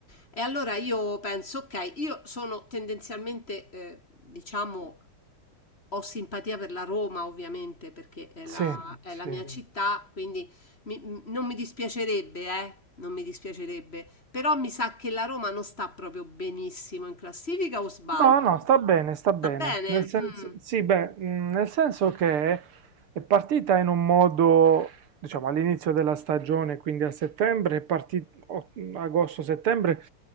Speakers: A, on the left; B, on the right.
A: e allora io penso, ok, io sono tendenzialmente, eh, diciamo, ho simpatia per la Roma, ovviamente, perché è la,
B: Sì,
A: è
B: sì.
A: la mia sì. città, quindi mi- m- non mi dispiacerebbe, eh, non mi dispiacerebbe, però mi sa che la Roma non sta proprio benissimo in classifica o sbaglio?
B: No, no, sta bene, sta bene.
A: Sta bene?
B: Nel senso,
A: Mm.
B: sì, beh, mh, nel senso che è partita in un modo, diciamo, all'inizio della stagione, quindi a settembre, è parti- o- agosto-settembre,